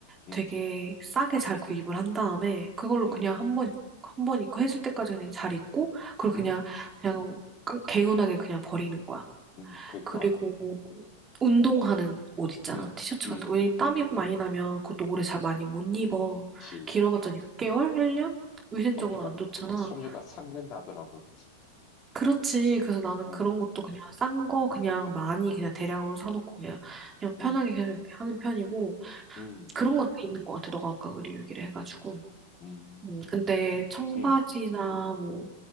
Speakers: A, on the left (about 40°); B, on the right (about 20°).
A: 음,
B: 되게 싸게 잘 구입을 한 다음에 그걸로
A: 음,
B: 그냥 한 번, 한 번 입고 해줄 때까지 그냥 잘 입고 그리고
A: 음,
B: 그냥, 그냥 깡- 개운하게 그냥 버리는 거야.
A: 음, 그러니까,
B: 그리고 운동하는 옷 있잖아.
A: 음,
B: 티셔츠
A: 음,
B: 같은 거.
A: 음,
B: 왜 땀이 많이 나면 그것도 오래 잘 많이 못 입어.
A: 지
B: 길어봤자 6개월? 1년? 위생적으로
A: 섬유가
B: 안 좋잖아.
A: 섬유가 삭는다더라고. 맞아.
B: 그렇지. 그래서 나는
A: 음,
B: 그런 것도 그냥 싼 거 그냥 많이 그냥 대량으로 사놓고 그냥, 그냥 편하게
A: 음.
B: 그냥 이렇게 하는 편이고
A: 음,
B: 그런 것도 있는 것 같아. 너가 아까 의류 얘기를 해가지고.
A: 음,
B: 음, 근데 청바지나
A: 음,
B: 뭐